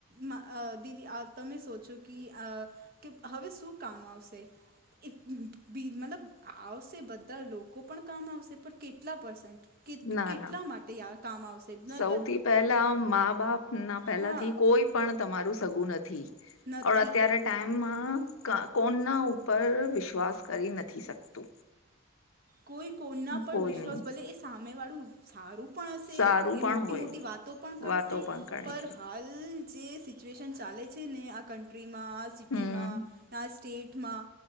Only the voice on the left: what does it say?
ના
ના
સૌથી
પહેલા મા - બાપ ના પહેલાથી
કોઈ પણ તમારું સગું નથી.
અત્યારે ટાઈમમાં ક કોણના ઉપર વિશ્વાસ કરી નથી શકતું.
કોઈ
નહી
સારું
પણ
હોય
વાતો ગણે
છે
હમ